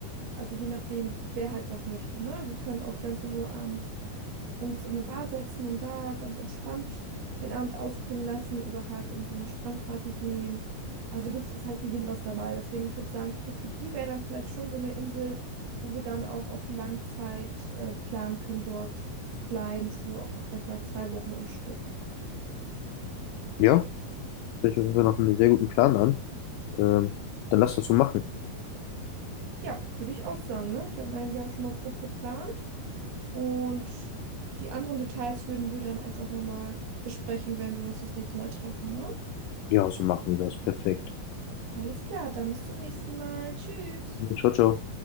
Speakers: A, on the right; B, on the left.
A: also je nachdem, wer halt was möchte, ne? Wir können auch ganz in Ruhe abends uns in eine Bar setzen und da ganz entspannt den Abend ausklingen lassen oder halt in so eine Strandparty gehen. Also gibt's, ist halt für jeden was dabei. Deswegen, ich würde sagen, Koh Phi Phi wäre dann vielleicht schon so eine Insel, wo wir dann auch auf Langzeit äh, planen können, dort zu bleiben für auch vielleicht mal zwei Wochen am Stück.
B: Ja, hört sich auf jeden Fall nach einem sehr guten Plan an. Ähm, dann lass das so machen.
A: Ja, würde ich auch sagen, ne? Ich hab- meine, wir haben schon mal grob geplant und die anderen Details würden wir dann einfach nochmal besprechen, wenn wir uns das nächste Mal treffen, ne?
B: Ja, so machen wir das. Perfekt.
A: Alles klar, dann bis zum nächsten Mal. Tschüss.
B: Ciao, ciao.